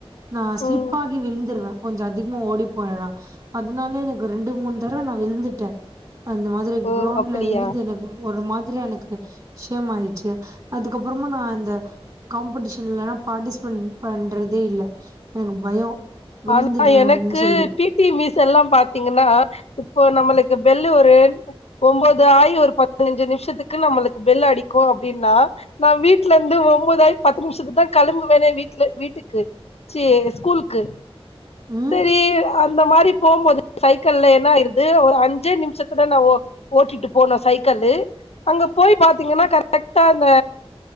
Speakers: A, on the right; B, on the left.
A: நா ஸ்லிப்
B: ம்
A: ஆகி விழுந்துருவே கொஞ்சோ அதிகமா ஓடி போனேனா அதனாலே எனக்கு ரெண்டு மூனு தரவ நா விழுந்துட்டே அந்த மாதிரி
B: ஓ
A: கிரௌண்ட்ல
B: அப்டியா
A: விழுந்து எனக்கு ஒரு மாதி ரி எனக்கு ஷேம் ஆயிச்சு அதுக்கப்புறமா நா அந்த காம்படிஷன்லலா பார்ட்டிஸ்பேட் பண்றதே இல்ல எனக்கு பயோ விழுந்துடுவேன்னு
B: ஆனா எனக்கு
A: சொல்லி
B: பி டி மிஸ் எல்லா பா த்தீங்கன்னா இப்போ நம்மளுக்கு பெல்லு ஒரு ஒம்பது ஆகி ஒரு பதினஞ்சு நிமிஷத்துக்கு நம்மளுக்கு பெல்லு அடிக்கு அப்டின்னா நா வீட்ல இருந்து ஒன்பதாயி பத்து நிமிஷத்து தா கெளம்புவனே வீட்ல வீட்டுக்கு ச்சி ஸ்கூலுக்கு
A: ம்
B: சரி அ இந்த மாரி போம்போது சைக்கள்ள என்ன ஆயிருது ஒரு அஞ்சே நிமிஷத்துல நா ஓட்டிட்டு போனோ சைக்களு அங்க போய் பாத்தீங்கன்னா கரெக்ட்டா அந்த